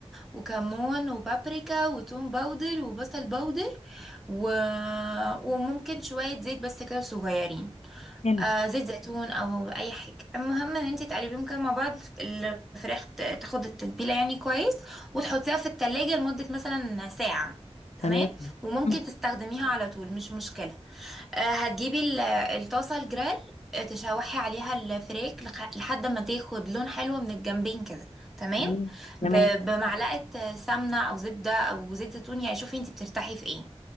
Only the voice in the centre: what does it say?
وكمون وبابريكا وتوم باودر وبصل باودر و... وممكن شويه زيت بس كده صغيرين
آه زيت زيتون او اي حاجه المهم ان انت تقلبيهم كده مع بعض الفراخ ت- تاخد التتبيله يعني كويس وتحطيها في التلاجة لمده مثلا ساعه تمام
وممكن
تستخدميها على طول مش مشكله آه، هتجيبي ال- الطاسة الجريل آه، تشوحي عليها الفريك لخ- لحد ما تاخد لون حلو من الجنبين كده تمام
ب- بمعلقة آه، سمنة أو زبدة أو زيت زيتون يعني شوفي انتي بترتاحي في ايه